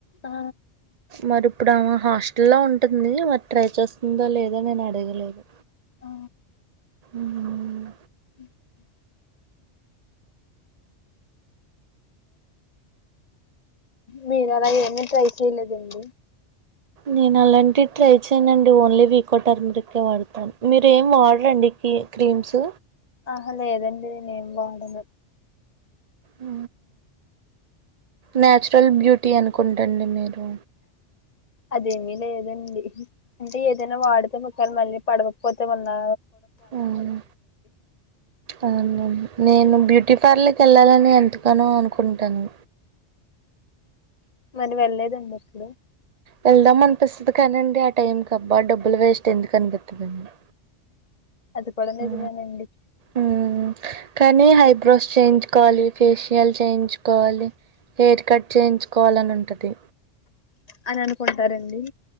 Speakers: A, on the left; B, on the right.
A: ఆ,
B: మరి ఇప్పుడు ఆమే హాస్టల్ లో ఉంటుంది మరి ట్రై చేస్తుందో లేదో నేను అడగలేదు
A: ఆ.
B: ఉ ఊ
A: <inaudible> మీరు అలా ఏంది ట్రై చేయలేదండి
B: నేను అలాంటివి ట్రై చేయనండి ఓన్లీ వీకో టర్మరిక్ కె వాడతాను మీరు ఏం వాడరండి కీ క్రీమ్స్
A: ఆహ లేదండి నేనేం వాడను
B: ఊ నేచురల్ బ్యూటీ అనుకుంటండి మీరు
A: అదేమీ లేదండి అంటే ఏదైనా వాడితే ముఖానికి మళ్ళీ పడకపోతే మళ్ళా
B: అవును అవును నేను బ్యూటీ పార్లర్కి వెళ్ళాలం ఎంతగానో అనుకుంటాను
A: మరి వెళ్ళలేదండి అసలు
B: వెళ్దాం అనిపిస్తుంది కానిండి ఆ టైం కి అబ్బా డబ్బులు వేస్ట్ ఎందుకు కనిపిత్తదిండి
A: అది కూడా నిజమేనండి
B: ఉ ఉ కానీ హైబ్రోస్ చేయించుకోవాలి ఫేషియల్ చేయించుకోవాలి హెయిర్ కట్ చేయించుకోవాలని ఉంటది
A: అని అనుకుంటారండి